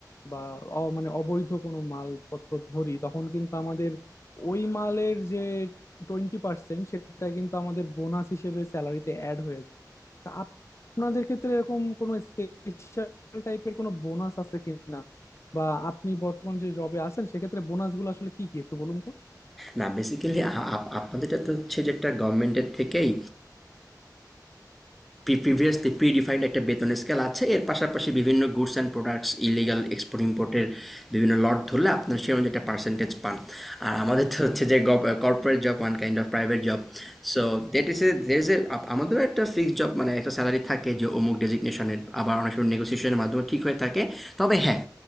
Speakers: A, on the left; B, in the centre.
A: বা অ- মানে অবৈধ কোনো মালপত্র ধরি তখন কিন্তু আমাদের ওই মালের যে টোয়েন্টি পার্সেন্ট সেটা কিন্তু আমাদের বোনাস হিসেবে স্যালারিতে অ্যাড হয়ে যায় তা আপ- আপনাদের ক্ষেত্রে এরকম কোনো স্পেশাল টাইপের কোনো বোনাস আছে কিনা বা আপনি বর্তমান যে জবে আছেন সেক্ষেত্রে বোনাস গুলো আসলে কি কি একটু বলুন তো
B: না বেসিক্যালি আপনাদের তো হচ্ছে যে একটা গভর্নমেন্টের থেকেই প্রিভিয়াসলি প্রি ডিফাইন্ড একটা বেতন স্কেল আছে এর পাশাপাশি বিভিন্ন goods and products illegal export ইম্পোর্টের বিভিন্ন লট ধরলে আপনার সে অনুযায়ী একটা পার্সেন্টেজ পান আর আমাদের তো হচ্ছে যে corporate job one kind of private job So that is a there is a আমাদেরও একটা ফিক্সড জব মানে একটা স্যালারি থাকে যে অমুক ডেজিগনেশনের আবার অনেক সময় নেগোসিয়েশনের মাধ্যমে ঠিক হয়ে থাকে তবে হ্যাঁ